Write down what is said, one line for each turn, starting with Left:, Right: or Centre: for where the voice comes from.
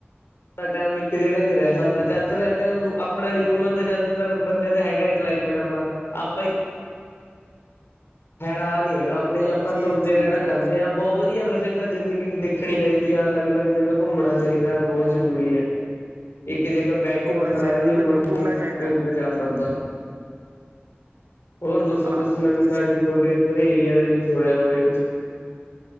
Left: ਤਾਂ ਟਾਈਮ ਇੱਕ ਜਗ੍ਹਾ ਨਹੀਂ ਰਹਿ ਸਕਦਾ ਜਦ ਐਵੇਂ ਆਪਣਾ
Right: ਜੀ
Left: ਹਿਊਮਨ ਦਾ ਜਦ ਬੰਦਿਆਂ ਦਾ ਹੈਗਾ ਹੈ ਕਲਾਈਮੇਟ ਆਪਣਾ ਆਪਾਂ ਹੀ ਹੈਰਾਨ ਨੀ ਹੈਗਾ ਆਪਣੇ ਜੇ ਆਪਾਂ
Right: ਜੀ
Left: ਤੁਰਦੇ
Right: ਜੀ
Left: ਰਹਿਣਾ
Right: ਜੀ
Left: ਚਾਹਦੇ
Right: ਜੀ
Left: ਹਾਂ ਬਹੁਤ ਵਧੀਆ ਵੈਸੇ ਤਾਂ ਜ਼ਿੰਦਗੀ ਦੇਖਣੀ ਚਾਹੀਦੀ ਆ ਅਲੱਗ ਅਲੱਗ ਜਗ੍ਹਾ ਘੁੰਮਣਾ ਚਾਹੀਦਾ ਬਹੁਤ ਜ਼ਰੂਰੀ ਹੈ ਇੱਕ ਜਗ੍ਹਾ ਬਹਿ ਕੇ
Right: ਘੁੰਮਣਾ
Left: ਬੰਦਾ
Right: ਚਾਹੀਦਾ
Left: ਸਾਰੀ
Right: ਬਿਲਕੁਲ
Left: ਉਮਰ ਨਹੀਂ
Right: ਘੁੰਮਣਾ ਚਾਹੀਦਾ
Left: ਗੁਜਾਰ ਸਕਦਾ ਹੋਰ ਦੱਸੋ
Right: ਹਾਂ
Left: ਕੁਛ ਨਵੀਂ
Right: ਤੁਸੀਂ
Left: ਤਾਜੀ
Right: ਸਹੀ
Left: ਤੁਹਾਡੇ ਉੱਧਰ ਏਰੀਆ ਦੇ ਵਿੱਚ ਹੋਇਆ ਹੋਵੇ ਕੁਛ